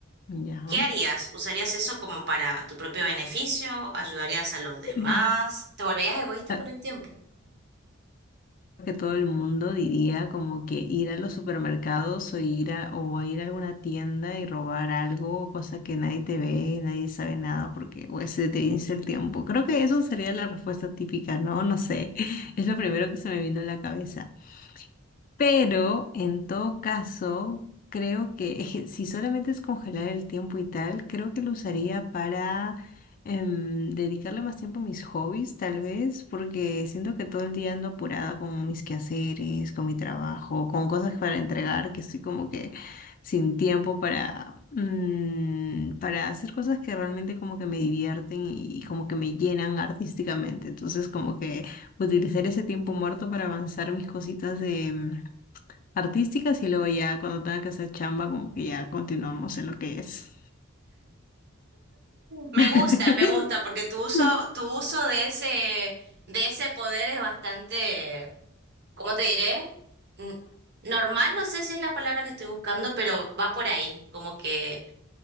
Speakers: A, on the left; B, on the right.
A: ya.
B: ¿Qué harías? ¿Usarías eso como para tu propio beneficio? ¿Ayudarías a los
A: <clears throat>
B: demás? ¿Te volverías egoísta
A: <laughs>
B: con el tiempo?
A: que todo el mundo diría como que ir a los supermercados o ir a, o a ir a alguna tienda y robar algo, cosa que nadie te ve, nadie sabe nada porque pues, se te vence el tiempo. Creo que eso sería la respuesta típica, ¿no? No sé, <laughs> es lo primero que se me vino a la cabeza. Pero en todo caso, creo que, es que si solamente es congelar el tiempo y tal, creo que lo usaría para em, dedicarle más tiempo a mis hobbies, tal vez, porque siento que todo el día ando apurada con mis quehaceres, con mi trabajo, con cosas para entregar, que estoy como que sin tiempo para, mm, para hacer cosas que realmente como que me divierten y como que me llenan artísticamente. Entonces, como que utilizar ese tiempo muerto para avanzar mis cositas de, artísticas y luego ya cuando tenga que hacer chamba, como que ya continuamos en lo que es.
B: Me
A: <laughs>
B: gusta, me gusta, porque tu uso,
A: Ok.
B: tu uso de ese, de ese poder es bastante, ¿cómo te diré? Mm, Normal, no sé si es la palabra que estoy buscando, pero va por ahí, como que